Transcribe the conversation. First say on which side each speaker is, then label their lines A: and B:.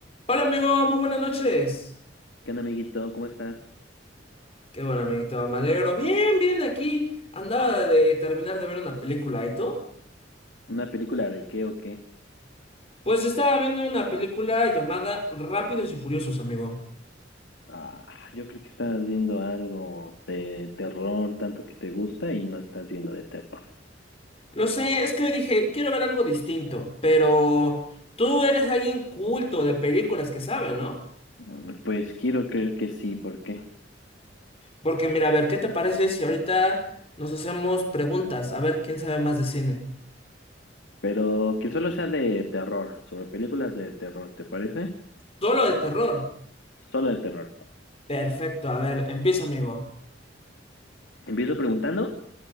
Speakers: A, on the left; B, on the left.
A: Hola amigo, muy buenas noches.
B: ¿Qué onda, amiguito? ¿Cómo estás?
A: Qué bueno, amiguito, me alegro. Bien, bien, aquí andaba de terminar de ver una película, ¿y tú?
B: ¿Una película de qué o qué?
A: Pues estaba viendo una película llamada Rápidos y Furiosos, amigo.
B: Ah, yo creo que estás viendo algo de terror, tanto que te gusta y no estás viendo de terror.
A: Lo sé, es que hoy dije, quiero ver algo distinto, pero tú eres alguien culto de películas que sabe, ¿no?
B: Mm, Pues quiero creer que sí, ¿por qué?
A: Porque mira, a ver, ¿qué te parece si ahorita nos hacemos preguntas? A ver, ¿quién sabe más de cine?
B: Pero que solo sea de terror, sobre películas de terror, ¿te parece?
A: Solo de terror.
B: Solo de terror.
A: Perfecto, a ver, empieza, amigo.
B: ¿Empiezo preguntando?